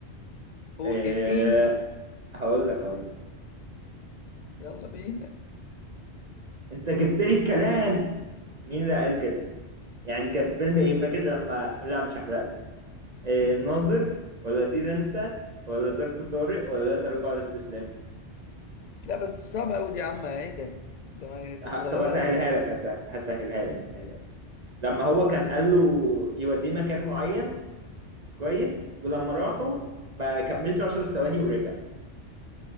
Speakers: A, on the left; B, on the right.
A: قول
B: آه
A: اديني
B: هقول لك هقول لك.
A: يلا بينا
B: انت جبت لي الكلام مين اللي قال كده يعني كان فيلم ايه فاكر لما لا مش هحرق لك آه
A: مم.
B: ناظر ولا طير انت ولا ظرف طارق ولا لا تراجع ولا استسلام
A: لا بس صعبة قوي دي يا عم ايه ده ده ما دي
B: ه-
A: صغيرة
B: طب هسهلها
A: قوي
B: لك هس- هسهلها لك
A: مم.
B: هسهلها لك لما هو
A: طيب
B: كان قال له يوديه مكان معين كويس ولما راحوا ما كملش 10 ثواني ورجع